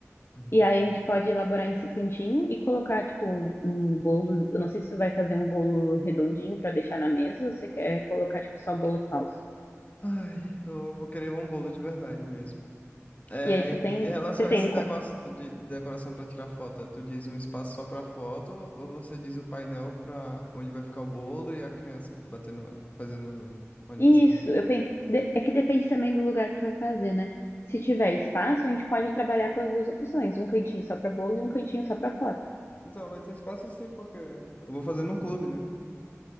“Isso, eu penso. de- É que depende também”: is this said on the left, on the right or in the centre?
Left